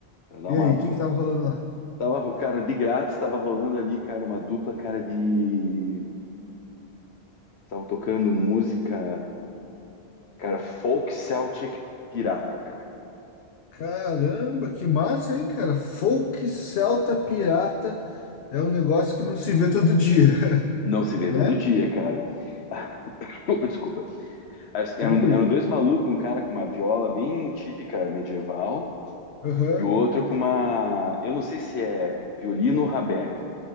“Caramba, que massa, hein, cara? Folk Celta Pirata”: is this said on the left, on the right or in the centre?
Left